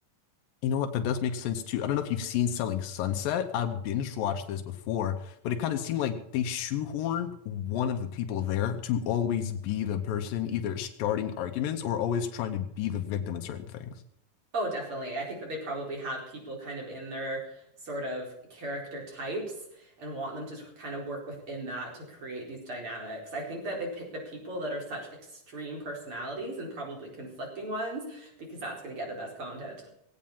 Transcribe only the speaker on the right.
Oh, definitely. I think that they probably have people kind of in their sort of character types and want them to t- kind of work within that to create these dynamics. I think that they pick the people that are such extreme personalities and probably conflicting ones because that's going to get the best content.